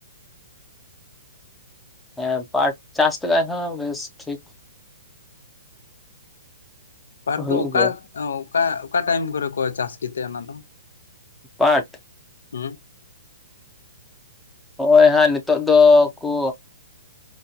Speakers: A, in the centre; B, on the left.
A: ᱮᱸ ᱯᱟᱴ ᱪᱟᱥᱼᱼ ᱨᱮ ᱦᱚᱸ ᱵᱮᱥ ᱴᱷᱤᱠ
B: ᱯᱟᱴ
A: ᱦᱩᱭᱩᱜ
B: ᱫᱚ ᱚᱠᱟ
A: ᱜᱮᱭᱟ
B: ᱚᱠᱟ ᱚᱠᱟ ᱴᱟᱭᱤᱢ ᱠᱚ ᱨᱮ ᱠᱚ ᱪᱟᱥ ᱜᱮ ᱛᱮ ᱚᱱᱟ ᱫᱚ?
A: ᱯᱟᱴ
B: ᱦᱩᱸ
A: ᱦᱚᱸᱜᱼᱚᱭ ᱦᱟᱸᱜ ᱱᱤᱛᱚᱜ ᱫᱚ ᱠᱳᱼᱼ